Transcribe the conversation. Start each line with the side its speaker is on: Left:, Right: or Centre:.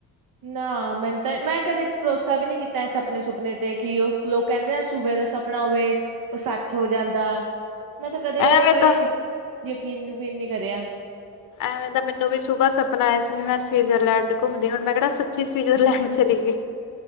Right: ਨਾ ਮੈਨੂੰ ਤਾਂ ਮੈਂ ਕਦੇ ਭਰੋਸਾ ਵੀ ਨੀ ਕੀਤਾ, ਇਸ ਸਪਣੇ ਸੁਪਨੇ ਤੇ ਕਿ ਉਹ ਲੋਕ ਕਹਿੰਦੇ ਨੇ ਸੂਬੇ ਦਾ ਸਪਨਾ ਹੋਵੇ, ਉਹ ਸੱਚ ਹੋ ਜਾਂਦਾ ਮੈਂ ਤਾਂ ਕਦੇ
Left: ਐਵੇਂ
Right: ਮ ਯਕੀਨ,
Left: ਤਾਂ
Right: ਯਕੀਨ ਨਹੀਂ ਕਰਿਆ
Left: ਐਵੇਂ ਦਾ ਮੈਨੂੰ ਵੀ ਸੁੂਬਾ ਸਪਨਾ ਆਇਆ ਸੀ ਵੀ ਮੈਂ ਸਵਿਜਰਲੈਂਡ ਘੁੰਮਦੀ ਹੁਣ, ਮੈਂ ਕਿਹੜਾ ਸੱਚੀ ਸਵਿਜਰਲੈਂਡ ਚਲੀ ਗਈ।